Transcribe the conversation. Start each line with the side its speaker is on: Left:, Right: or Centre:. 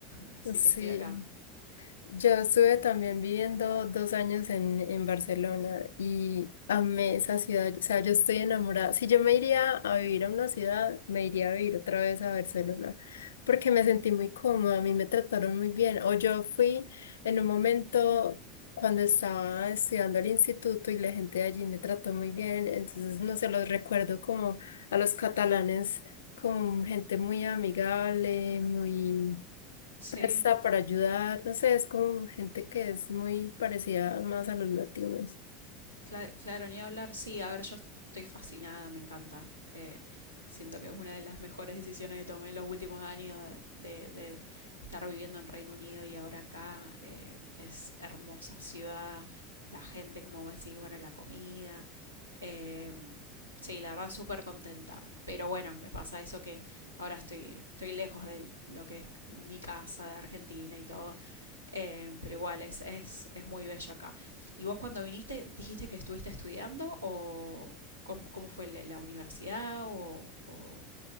Right: Así
Left: Sí.
Right: que estoy acá.
Left: Yo estuve
Right: Sí.
Left: también viviendo dos años en, en Barcelona y amé esa ciudad. O sea, yo estoy enamorada. Si yo me iría a vivir a una ciudad, me iría a vivir otra vez a Barcelona porque me sentí muy cómoda, a mí me trataron muy bien. O yo fui en un momento cuando estaba estudiando al instituto y la gente de allí me trató muy bien. Entonces, no se los recuerdo como a los catalanes, como gente muy amigable, muy
Right: Sí,
Left: presta para ayudar, no sé, es como gente que es muy parecida más a los latinos.
Right: Cla- claro, ni hablar. Sí, a ver, yo estoy fascinada, me encanta. Eh, siento que es una de las mejores decisiones que tomé en los últimos años de, de- estar viviendo en Reino Unido y ahora acá. Eh, es hermosa ciudad, la gente, como vos decís, bueno, la comida. Eh, sí, la verdad, súper contenta. Pero bueno, me pasa eso que ahora estoy, estoy lejos de lo que es mi casa de Argentina y todo. Eh, pero igual, es, es, es muy bello acá. ¿Y vos cuando viniste, dijiste que estuviste estudiando o cómo, cómo fue la la universidad o, o